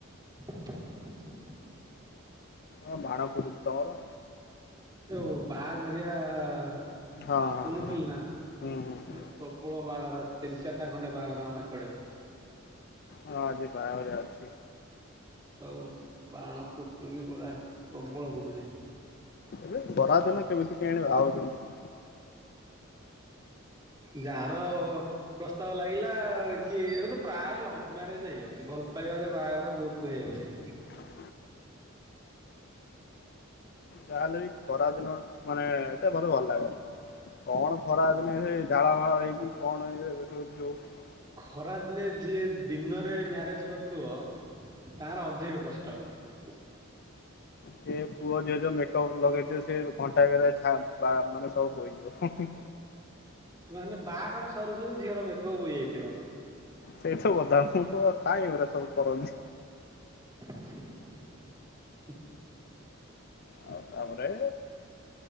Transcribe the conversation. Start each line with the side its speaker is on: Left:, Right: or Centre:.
Right: <inaudible>
Left: କଣ ବାଣ ଫୁଟୁଛି ତମର?
Right: ଯୋଉ ବାହାଘରିଆ କହୁନୁଥିଲି
Left: ହଁ ହଁ ହଁ
Right: ନା?
Left: ହୁଁ ହୁଁ ହୁଁ
Right: ଏ ପ୍ରବଳ ବାହାଘର, ତିନି ଚାରିଟା ଖଣ୍ଡେ ବାହାଘର ଆମ ଏକଡେ।
Left: ହଁ ଆଜି ବାହାଘରିଆ ଅଛି।
Right: ଆଉ ବାଣ ଫୁଟୁକି ପୁରା ପ୍ରବଳ ଫୁଟୁଛି।
Left: ଏବେ ଖରାଦିନ କେମିତି କିଆଣି ବାହା ହଉଛନ୍ତି?
Right: ଯାହାର ପ୍ରସ୍ତାବ ଲାଗିଲା କି, ଏବେ ତ ପ୍ରାୟ ଲଭ୍ ମ୍ୟାରେଜ୍ ହେଇଯାଉଛି, ଭଲ ପାଇବାରେ ବାହାଘର ବହୁତ ହେଇଯାଉଛି।
Left: ହଁ <unintelligible> ଯାହାହେଲେବି ଖରାଦିନ ମାନେ ଏତେ ମତେ ଭଲ ଲାଗେନି। କଣ ଖରାଦିନେ ସେଇ ଝାଳ ମାଳ ହେଇକିି କଣ ଇଏ <unintelligible>
Right: ଖରାଦିନେ ଯିଏ ଦିନରେ ମ୍ୟାରେଜ୍ କରୁଥିବ ତାର ଅଧିକ କଷ୍ଟ। <inaudible>
Left: ସେ ପୁଅ ଝିଅ ଯୋଉ ମେକପ୍ ଲଗେଇଥିବେ ସେ ଘଣ୍ଟାକରେ ଛା, ବା ମାନେ ସବୁ ବୋହିଯିବ।
Right: ମାନେ ବାହାଘର ସରୁ ସରୁ ଝିଅର ମେକପ୍ ବୋହି ଯାଇଥିବ।
Left: ସେଇ ସବୁ କଥା, ମୁଁ କହିବ କାଇଁ ଏଉରା ସବୁ କରନ୍ତି।
Right: ହ
Left: ଆଉ ତାପରେ